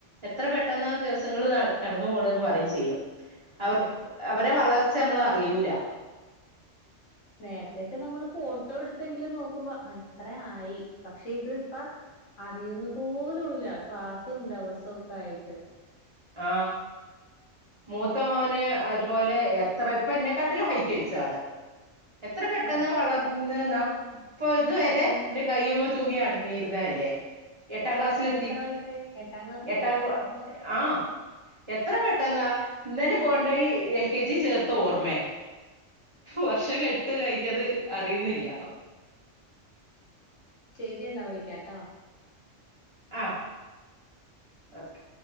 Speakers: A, on the right; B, on the left.
A: എത്ര പെട്ടെന്ന് ദിവസങ്ങള് കടന്നു പോകണ എന്ന് പറയും ചെയ്യും
B: അതെ
A: അവർ അവരെ വളർച്ച നമ്മള അറിയൂല
B: നേരത്തക്കെ നമ്മൾ ഫോട്ടോ എടുത്തെങ്കിലും നോക്കുമ്പോ ഇത്ര ആയി പക്ഷെ ഇത് ഇപ്പ അറിയുന്ന പോലുംല്ല ക്ലാസ്സും ദിവസവും ഒക്കെ ആയിട്ട്
A: ആ മൂത്ത മോന് അതുപോലെ എത്ര ഇപ്പ എന്നെക്കാട്ടില ഹൈറ്റ് വെച്ചതാണ് എത്ര പെട്ടെന്നാ
B: ആഹ്
A: വളർന്നന്നാ ഇപ്പൊ ഇതുവരെ
B: എത്ര
A: കയ്യുമെതൂങ്ങി നടന്നിരുന്ന തല്ലേ എട്ടാം ക്ലാസ്സിലെത്തി
B: എത്ര വയസ്സായി എട്ടാം ക്ലാസ്സിലേ
A: എട്ടാം ക്ലാ
B: അപ്പൊ
A: ആ എത്ര പെട്ടെന്നാ ഇന്നലെ കോണ്ടായി എൽ കെ ജി ചേർത്ത ഓർമ വർശമെട്ട് കഴിഞ്ഞ അത് അറിയുന്നില്ല
B: ശരിയെന്നാ വിളിക്കാട്ടോ
A: ആ ഓക്കെ